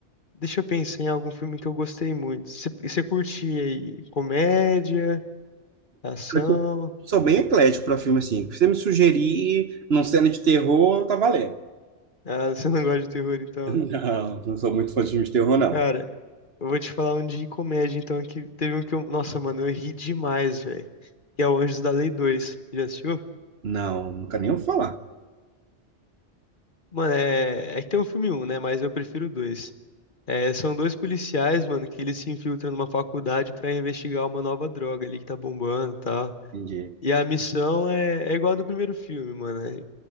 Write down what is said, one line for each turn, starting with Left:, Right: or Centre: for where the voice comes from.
Left: deixa eu pensar em algum filme que eu gostei muito. Você você curte aí comédia, ação?
Right: Eu sou bem eclético para filme, assim, se você me sugerir num cena de terror, tá valendo.
Left: Ah, <laughs> você não gosta de terror, então.
Right: Não, não sou muito fã de filme de terror, não.
Left: Cara, Eu vou te falar um de comédia, então, que teve um que eu. Nossa, mano, eu ri demais, velho. Que é o Anjos da Lei dois, Já assistiu?
Right: Não, nunca nem ouvi falar.
Left: Mano, é. É que tem o filme um, né? Mas eu prefiro o 2. É, são dois policiais, mano, que eles se infiltram numa faculdade pra investigar uma nova droga ali que tá bombando e tal.
Right: Entendi.
Left: E a missão é, é igual a do primeiro filme, mano. né?